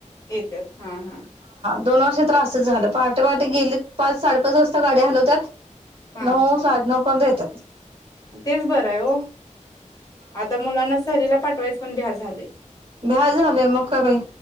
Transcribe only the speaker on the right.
दोन वर्षे त्रासच झालं पहाटे पहाटे गेलेत पाच साडेपाच वाजता गाडी हालवत्यात
नऊ साडे नऊ पर्यंत येत्यात.
भ्या झालेय मग का बाई